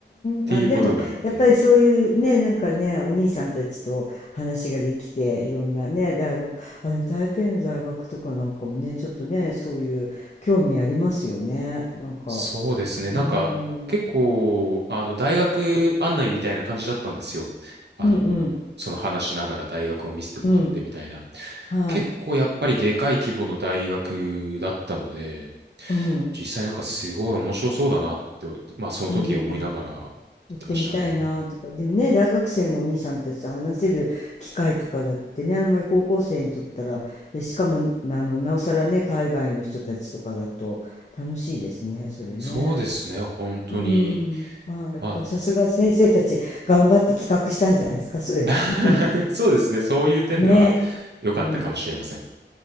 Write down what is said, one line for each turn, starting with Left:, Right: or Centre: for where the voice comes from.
Right: ていうことがあって、
Left: ん。あ、でも、やっぱりそういうね、なんかね、お兄さんたちと話ができて、いろんなね、大学、あ、でも台北の大学とかなんかもね、ちょっとね、そういう興味ありますよね。なんか、
Right: そうですね。なんか、
Left: うん、うん、
Right: 結構、あの、大学案内みたいな感じだったんですよ。あの、
Left: うん、
Right: その話しながら大学を見せてもらってみたいな。
Left: うん、はい、
Right: 結構やっぱりでかい規模の大学だったので、
Left: うん、
Right: 実際なんかすごい面白そうだなと、まあその時思いながら言ってましたね。
Left: うん、行っ行ってみたいなとか、でもね、大学生のお兄さんたちと話せる機会とかだってね、あんまり高校生にとったら、で、しかも、あの、なおさらね、海外の人たちとかだと楽しいですね、それね。
Right: そうですね、本当に。
Left: うん、まあ、やっぱさすが先生たち頑張って企画したんじゃないですか、
Right: ま
Left: それは。
Right: あ、
Left: <laughs>
Right: <laughs> そうですね、そういう点では良かったかもしれません。
Left: ね、うん、